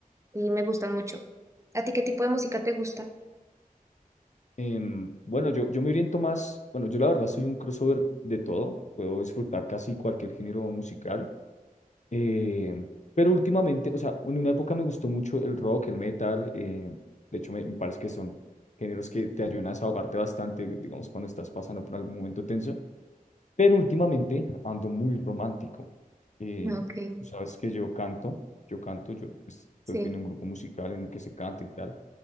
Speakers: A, on the right; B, on the left.
A: Y me gustan mucho. ¿A ti qué tipo de música te gusta?
B: Em, bueno, yo, yo me oriento más, bueno, yo la verdad soy un crossover de todo, puedo disfrutar casi cualquier género musical, em, pero últimamente, o sea, en una época me gustó mucho el rock, el metal, em, de hecho me, me parece que son géneros que te ayudan a desahogarte bastante, digamos, cuando estás pasando por algún momento tenso, pero últimamente ando muy romántico, eh,
A: Ok,
B: tú sabes que yo canto, yo canto, yo pues, estoy
A: sí.
B: en un grupo musical en el que se canta y tal.